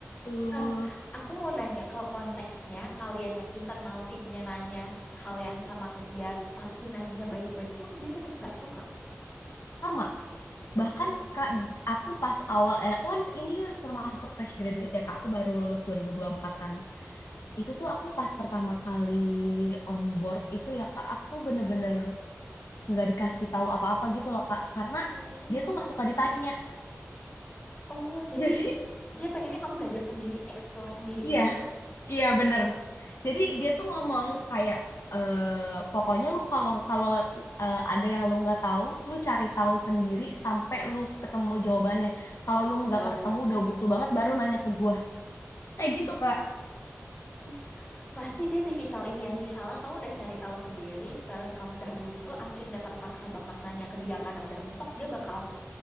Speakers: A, on the left (about 80°); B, on the left (about 25°).
A: Betul.
B: Eh, Aku mau nanya kalau konteksnya kalian yang internal timnya nanya hal yang sama ke dia tapi nanyanya baik-baik pun dia tetap nggak suka.
A: Sama. Bahkan
B: Oh.
A: Kak, aku pas awal eh, aku kan ini termasuk fresh graduate ya, Kak. Aku baru lulus 2024-an. Itu tuh aku pas pertama kali on board itu ya, Kak, aku bener-bener nggak dikasih tahu apa-apa gitu loh, Kak. Karena
B: Hmm.
A: dia tuh nggak suka ditanya.
B: Oh, jadi
A: <laughs> Jadi
B: dia pengennya kamu belajar sendiri, explore sendiri
A: Iya,
B: gitu.
A: Iya bener. Jadi dia tuh ngomong kayak eh pokoknya lu kalau kalau eh, ada yang lu nggak tahu, lu cari tahu sendiri sampai lu ketemu jawabannya. Kalau lu nggak
B: Loh,
A: ketemu udah butuh banget baru nanya ke gua. Kayak gitu Kak.
B: <laughs> Pasti dia tipikal ini ya. Misalnya kamu udah cari tahu sendiri, terus kamu udah buntu, akhirnya terpaksa banget nanya ke dia karena udah mentok, dia bakal